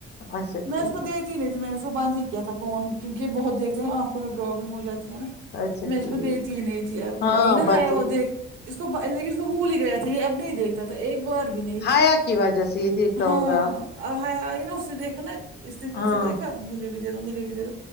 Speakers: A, on the left; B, on the right.
A: اچھا ٹھیک
B: میں اس کو دیتی نہیں تھی میں نے اس کو بند ہی کیا تھا فون کیونکہ بہت دھتے نا آنکھوں میں پرابلم ہو جاتی ہے نا
A: اچھا
B: میں اس
A: ٹھیک
B: کو دیتی ہی نہیں تھی اب
A: ہاں
B: نا
A: بچوں
B: حیا وہ
A: کو
B: دیکھ اس کو دیک اس کو بھول ہی گیا تھا اب نہیں دیکھتا تو ایک بار بھی نہیں
A: ہایا کی وجہ سے یہ دیکھتا
B: ہاں
A: ہوگا آپ
B: اب حیا آئی نا اسے دیکھنےاس نے پھر
A: ہاں
B: سے دیکھا مجھے بھی دے دو مجھے بھی دے دو